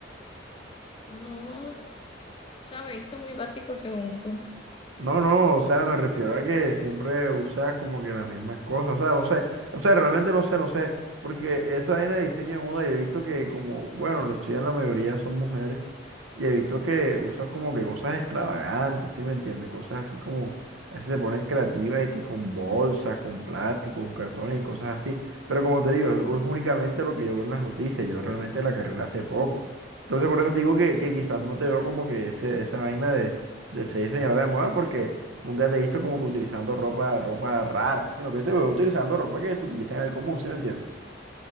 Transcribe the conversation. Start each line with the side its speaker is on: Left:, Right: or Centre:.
Left: No, o sea, me he visto muy básico según tú.
Right: No, no, o sea, me refiero a que siempre usas como que las mismas cosas, o sea, no sé, o sea, realmente no sé, no sé, porque esa vaina de diseño de moda, yo he visto que como, bueno, lo estudian la mayoría son mujeres, y he visto que usan como que cosas extravagantes, ¿sí me entiendes? Cosas así como, a veces se ponen creativas y que con bolsas, con plástico, con cartones y cosas así, pero como te digo,
Left: Ajá.
Right: es, es únicamente lo que yo veo en las noticias, yo realmente la carrera hace poco, entonces por eso te digo que, que quizás no te veo como que ese, esa vaina de ser diseñadora de moda porque nunca te he visto como que utilizando ropa, ropa rara, sino que se ve utilizando ropa que se utiliza en el común, ¿sí me entiendes?